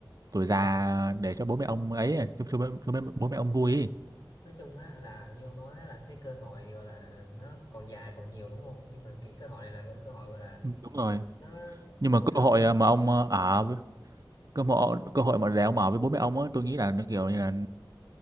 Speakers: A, on the right (about 45°); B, on the left (about 50°).
A: tuổi già
B: ừ.
A: để cho bố mẹ ông ấy à, cho, cho, bố- cho bố mẹ bố mẹ ông vui ấy.
B: nói chung á là như ông nói á, là cái cơ hội gọi là nó còn dài còn nhiều đúng không nhưng mà cái cơ hội này là cái cơ hội gọi là
A: Ừ, đúng rồi
B: nó
A: nhưng mà
B: từ
A: cơ
B: ông
A: hội ờ, mà ông ờ, ở với- cơ hội cơ hội mà để ông ở với bố mẹ ông ấy, tôi nghĩ là nó kiểu như là